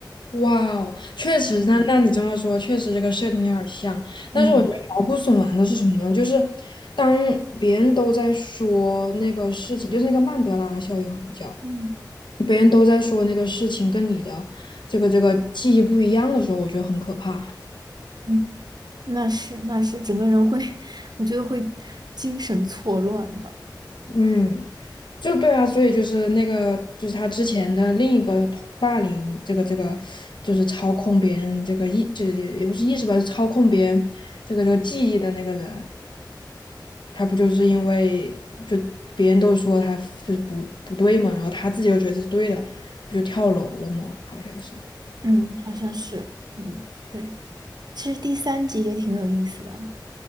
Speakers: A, on the left (about 75°); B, on the right (about 60°).
A: 哇哦，确实，
B: 嗯。
A: 那那你这么说，确实这个设定有点像。
B: 嗯
A: 但是我觉得毛骨悚然的是什么呢？就是当别人都在说那个事情，就是那个曼德拉效应好像叫，
B: 嗯
A: 别人都在说那个事情跟你的这个这个记忆不一样的时候，我觉得很可怕。
B: 嗯，那是那是，整个人会，<laughs> 我觉得会精神错乱吧。
A: 嗯，就对啊，所以就是那个就是他之前的另一个同霸凌，这个这个就是操控别人这个意，就是也也不是意识吧，是操控别人这个这个记忆的那个人。他不就是因为就别人都说他就是不不对嘛，然后他自己又觉得是对的，不就跳楼了吗？好像是。
B: 嗯，好像是，嗯，对。其实第三集也挺有意思的。